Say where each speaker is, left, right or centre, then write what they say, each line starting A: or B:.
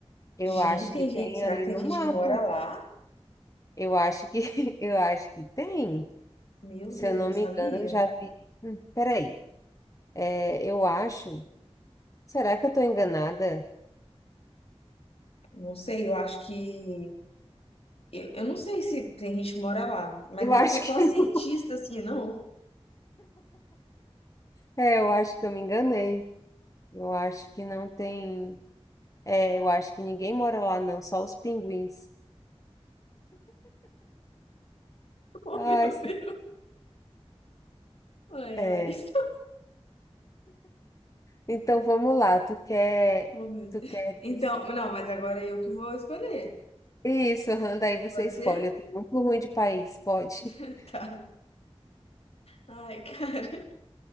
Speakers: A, on the left; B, on the left.
A: Eu
B: Gente,
A: acho
B: tem
A: que tem
B: gente. Será
A: ali
B: que tem
A: no
B: gente
A: mapa.
B: que mora lá?
A: Eu acho que, <laughs> eu acho que tem.
B: Meu
A: Se
B: Deus,
A: eu não
B: não sabia.
A: me engano, eu já vi. Hum, peraí, É, eu acho. Será que eu estou enganada?
B: Não sei, eu acho que Eu, eu não sei se tem gente que mora lá, mas
A: Eu
B: deve
A: acho
B: ser só
A: que <laughs>
B: cientista,
A: não.
B: assim, não? <laughs>
A: É, eu acho que eu me enganei. Eu acho que não tem. É, eu acho que ninguém mora lá, não, só os pinguins.
B: Oh,
A: Ai,
B: meu
A: se-
B: Deus. Ai,
A: é.
B: ai. <laughs>
A: Então vamos lá, tu quer,
B: Oh, meu Deus.
A: tu queres.
B: Então, não, mas agora é eu que vou escolher.
A: Isso, aham, daí você
B: Pode
A: escolhe.
B: ser?
A: Eu tô muito ruim de país, pode?
B: <laughs>
A: <laughs>
B: Tá. Ai, cara.